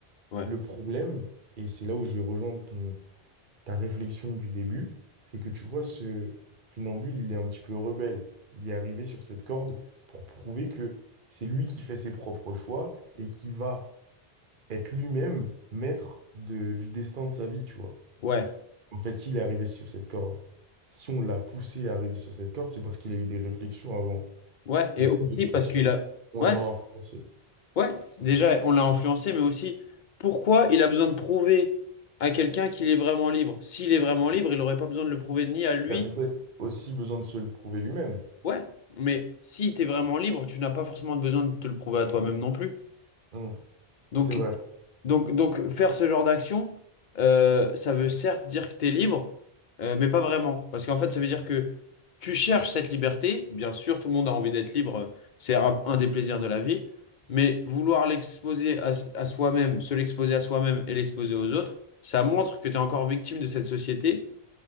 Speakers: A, on the left (about 55°); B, on the right (about 55°).
A: Ouais.
B: le problème, et c'est là où je vais rejoindre ta réflexion du début, c'est que tu vois, ce funambule, il est un petit peu rebelle. Il est arrivé sur cette corde pour prouver que c'est lui qui fait ses propres choix et qui va être lui-même maître de- du destin de sa vie, tu vois.
A: Ouais.
B: En fait, s'il est arrivé sur cette corde, si on l'a poussé à arriver sur cette corde, c'est parce qu'il a eu des réflexions avant.
A: Ouais. Et
B: Et ces
A: aussi
B: réflexions,
A: parce qu'il a...
B: on
A: Ouais.
B: l'a influencé.
A: Ouais, déjà, on l'a influencé, mais aussi, pourquoi il a besoin de prouver à quelqu'un qu'il est vraiment libre? S'il est vraiment libre, il n'aurait pas besoin de le prouver ni à lui.
B: Il a peut-être aussi besoin de se le prouver lui-même.
A: Ouais, mais si tu es vraiment libre, tu n'as pas forcément besoin de te le prouver à toi-même non plus.
B: Hum,
A: Donc,
B: c'est vrai.
A: Donc, donc faire ce genre d'action, euh, ça veut certes dire que tu es libre, euh, mais pas vraiment. Parce qu'en fait, ça veut dire que tu cherches cette liberté. Bien sûr, tout le monde a envie d'être libre, euh, c'est un, un des plaisirs de la vie. Mais vouloir l'exposer à, à soi-même, se l'exposer à soi-même et l'exposer aux autres, ça montre que tu es encore victime de cette société